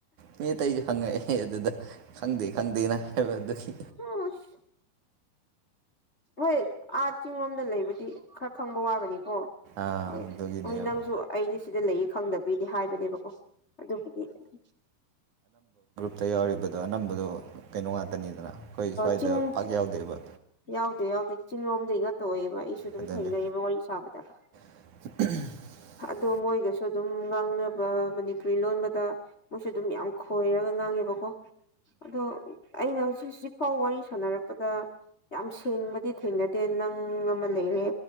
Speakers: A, on the right; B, on the left.
A: ꯃꯤ ꯑꯇꯩꯁꯨ ꯈꯪꯉꯛꯑꯦ ꯑꯗꯨꯗ ꯈꯪꯗꯦ ꯈꯪꯗꯦꯅ ꯍꯥꯏꯕ ꯑꯗꯨꯒꯤ
B: <inaudible> ꯍꯣꯏ ꯑꯥ ꯆꯤꯡꯂꯣꯝꯗ ꯂꯩꯕꯗꯤ ꯈꯔ ꯈꯪꯕ ꯋꯥꯒꯅꯤꯀꯣ
A: ꯑꯗꯨꯒꯤꯅꯦꯕ
B: ꯍ ꯍꯣꯏ ꯅꯪꯁꯨ ꯑꯩꯁꯦ ꯁꯤꯗ ꯂꯩꯌꯦ ꯈꯪꯗꯕ ꯑꯗꯨꯗꯤ ꯍꯥꯏꯕꯅꯦꯕꯀꯣ ꯑꯗꯨꯕꯨꯗꯤ ꯑꯗꯨ
A: ꯑ ꯌꯥꯎꯔꯤꯕꯗꯣ ꯑꯅꯝꯕꯗꯣ ꯀꯩꯅꯣ ꯉꯥꯛꯇꯅꯤꯗꯅ ꯑꯩꯈꯣꯏ ꯁ꯭ꯋꯥꯏꯗ
B: ꯆꯤꯡ
A: ꯄꯥꯛ ꯌꯥꯎꯗꯦꯕ
B: ꯌꯥꯎꯗꯦ ꯌꯥꯎꯗꯦ ꯆꯤꯡꯂꯣꯝꯗꯩꯒ ꯇꯧꯑꯦꯕ ꯑꯩꯁꯨ ꯑꯗꯨꯝ
A: ꯑꯗꯨꯅꯤ
B: ꯊꯦꯡꯅꯩꯑꯕ ꯋꯥꯔꯤ ꯁꯥꯕꯗ
A: <inaudible>
B: ꯑꯗꯣ ꯃꯣꯏꯒꯁꯨ ꯑꯗꯨꯝ ꯉꯥꯡꯅꯕ ꯃꯅꯤꯄꯨꯔꯤ ꯂꯣꯟꯕꯗ ꯃꯣꯏꯁꯨ ꯑꯗꯨꯝ ꯌꯥꯝ ꯈꯣꯏꯔꯒ ꯉꯥꯡꯉꯦꯕꯀꯣ ꯑꯗꯣ ꯑꯩꯅ ꯍꯧꯖꯤꯛ ꯍꯧꯖꯤꯛ ꯐꯥꯎ ꯋꯥꯔꯤ ꯁꯥꯟꯅꯔꯛꯄꯗ ꯌꯥꯝ ꯁꯦꯡꯕꯗꯤ ꯊꯦꯡꯅꯗꯦ ꯅꯪ ꯑꯃ ꯂꯩꯔꯦ